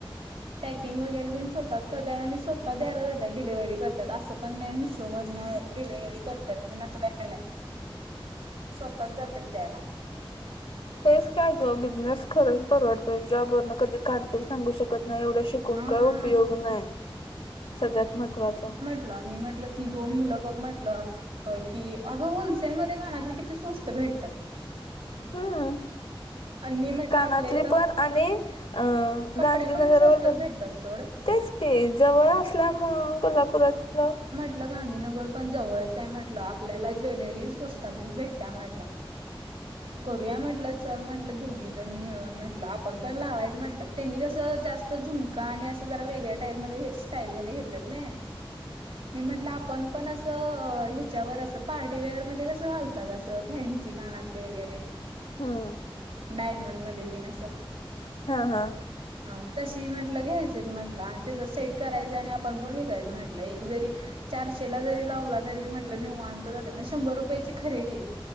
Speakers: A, on the right (about 80°); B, on the left (about 75°).
A: पॅकिंग वगैरे तेन स्वतःच करतात आणि स्वतः द्यायला जातात डिलेव्हरी करतात असं पण नाही मिशोवरन डिलिव्हरी करतात ती नच काय नाही
B: <inaudible>
A: स्वतःच जात्यात द्यायला
B: हेच काय गं बिझनेस खरंच परवडतय जॉबवर न कधी काढतील सांगू शकत नाही एवढं शिक कुण
A: हा
B: काय उपयोग नाही, सगळ्यात महत्वाच
A: तुला मी म्हटलं ती दोन मुलं बघ म्हटलं होय की, अगं होलसेलमध्ये कानातले किती स्वस्त भेटतात
B: हुम्,
A: आणि मी म्हटलं
B: कानातली
A: आपल्या इथं
B: पण आणि अ
A: कपडे
B: गांधीनगरवर
A: पण स्वस्तच
B: वर
A: भेटतात सोड
B: तेच की जवळ असल्यामुळ कोल्हापुरातन
A: ल गांधीनगर पण जवळचं म्हटलं आपल्याला ज्वेलरी स्वस्तातच भेटत्या म्हटलं
B: <inaudible>
A: करूया म्हटलं चल म्हटलं दोघी जण मिळून म्हटलं आपण पण लावायचं म्हटलं त्यांनी कसं जास ते झुमका आणि असं जरा वेगळ्या टाईप मध्ये हे स्टाईल मध्ये घेतलेत ना मी म्हटलं आपण पण असं ह्याच्यावर असं पार्टीवेअरमध्ये कसं घालं तर असं फॅन्सी कानातले वगैरे
B: हुम
A: डायमंड मध्ये दिन असं
B: ह ह
A: हा तशी म्हटलं घ्यायचेत म्हटलं आणि त्याच सेट करायचं आणि आपण पण विकायचं म्हटलं एक जरी चारशेला जरी लावला तरी म्हटलं निवांत जाते मी शंभर रुपयाची खरेदी